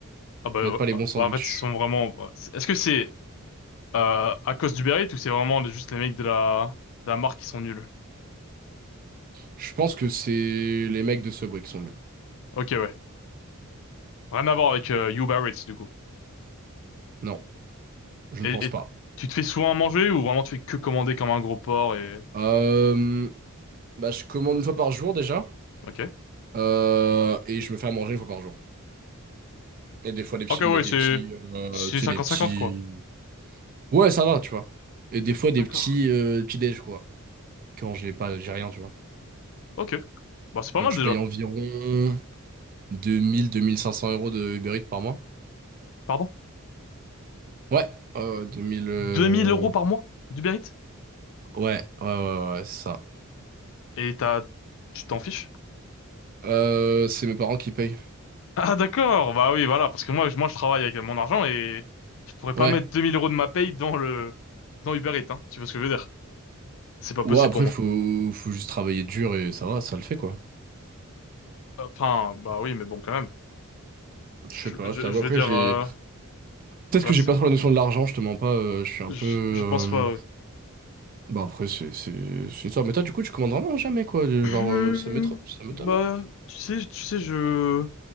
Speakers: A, on the left; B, on the right.
A: Ah bah,
B: Ils
A: euh,
B: te mettent pas les bons sandwichs.
A: bah en fait ils sont vraiment. bah, c'est- Est-ce que c'est euh, à cause du Eats ou c'est vraiment juste les mecs de la de la marque qui sont nuls?
B: Je pense que c'est les mecs de Subway qui sont nuls.
A: Ok, ouais. Rien à voir avec euh, Uber Eats du coup.
B: Non, je
A: Et,
B: ne pense
A: et
B: pas.
A: tu te fais souvent à manger ou vraiment tu fais que commander comme un gros porc et.
B: Euh, bah, je commande une fois par jour déjà.
A: Ok.
B: Euh, et je me fais à manger une fois par jour. Et des fois des petits,
A: Ok, ouais,
B: mais des
A: c'est
B: petits, euh,
A: c'est
B: tu
A: cinquante
B: sais, des petits.
A: cinquante quoi.
B: Ouais, ça va, tu vois. Et des fois des
A: D'accord.
B: petits, euh, petits déj, quoi. Quand j'ai pas, j'ai rien, tu vois.
A: Ok. Bah c'est pas
B: Donc
A: mal
B: je
A: déjà.
B: paye environ 2000-2500 euros de Uber Eats par mois.
A: Pardon?
B: Ouais, euh, 2000. euh,
A: 2000 euros par mois d'Uber Eats?
B: Ouais, ouais, ouais, ouais, c'est ça.
A: Et t'as tu t'en fiches?
B: Euh, c'est mes parents qui payent.
A: Ah d'accord, bah oui, voilà, parce que moi, je- moi je travaille avec mon argent et je pourrais pas
B: Ouais.
A: mettre 2000 euros de ma paye dans le dans Uber Eats, hein. Tu vois ce que je veux dire? C'est pas
B: Ouais,
A: possible
B: après,
A: pour moi.
B: faut, faut juste travailler dur et ça va, ça le fait, quoi.
A: Enfin, bah oui, mais bon quand même.
B: Je sais
A: Je,
B: pas,
A: je,
B: je t'avoue,
A: je
B: après,
A: veux dire,
B: j'ai...
A: euh,
B: Peut-être
A: tu
B: que
A: vois,
B: j'ai
A: c'est,
B: pas trop la notion de l'argent, je te mens pas, euh, je suis un
A: je,
B: peu... euh,
A: je pense pas. ouais.
B: Bah après, c'est c'est- c'est ça. Mais toi, du coup, tu commandes vraiment jamais, quoi.
A: <clears throat>
B: du
A: Euh,
B: Genre, euh, ça m'étonne, ça m'étonne,
A: Bah,
B: hein.
A: tu sais, tu sais, je